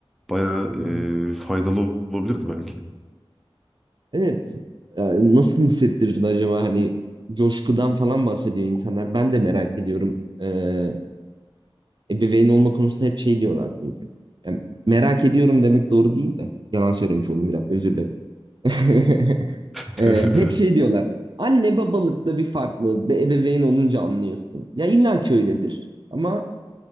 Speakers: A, in the centre; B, on the right (about 50°).
A: bayağı
B: Hı hı.
A: e, faydalı ol- olabilirdi belki.
B: Evet. Ee, Nasıl hissettirirdi acaba hani coşkudan falan bahsediyor insanlar. Ben de merak ediyorum. Ee, ebeveyn olma konusunda hep şey diyorlar çünkü. Yani merak ediyorum demek doğru değil de. Yalan söylemiş oldum bir dakika özür dilerim. <laughs>
A: <laughs>
B: Ee, hep şey diyorlar. Anne babalıkta bir farklı. Bir ebeveyn olunca anlıyorsun. Ya illa ki öyledir. Ama